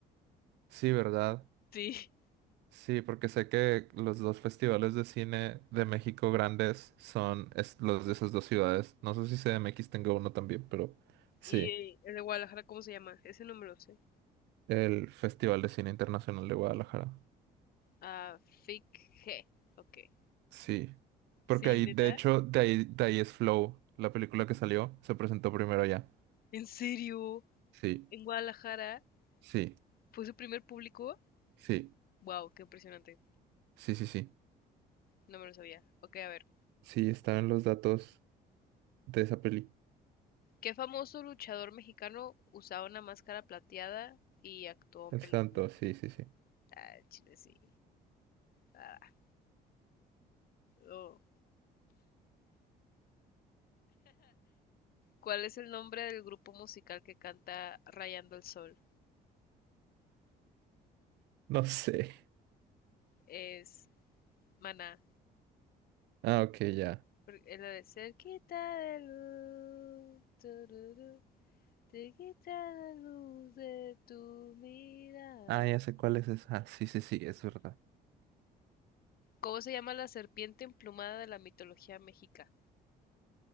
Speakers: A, on the right; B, on the left.
A: Sí, ¿verdad?
B: Sí.
A: Sí, porque sé que los dos festivales de cine de México grandes son es- los de esas dos ciudades. No sé si CDMX tenga uno también, pero sí,
B: ¿Y eh, el de Guadalajara cómo se llama? Ese no me lo sé.
A: el Festival de Cine Internacional de Guadalajara.
B: Ah, Fake G. Ok.
A: Sí, porque
B: Sí,
A: ahí,
B: neta.
A: de hecho, de ahí, de ahí es Flow, la película que salió, se presentó primero allá.
B: ¿En serio?
A: Sí,
B: ¿En Guadalajara?
A: sí,
B: ¿Fue su primer público?
A: sí,
B: Wow, qué impresionante.
A: sí, sí, sí.
B: No me lo sabía. Ok, a ver.
A: Sí, estaban los datos de esa peli.
B: ¿Qué famoso luchador mexicano usaba una máscara plateada y actuó en
A: El
B: películas?
A: santo, sí, sí, sí.
B: Ah, chile, sí. Ah, oh. ¿Cuál es el nombre del grupo musical que canta Rayando el Sol?
A: No sé.
B: Es Maná.
A: Ah, ok, ya.
B: Por- Es la de Cerquita de luz. Te quita la luz de tu mirada.
A: Ah, ya sé cuál es esa. Ah, Sí, sí, sí, es verdad.
B: ¿Cómo se llama la serpiente emplumada de la mitología mexica?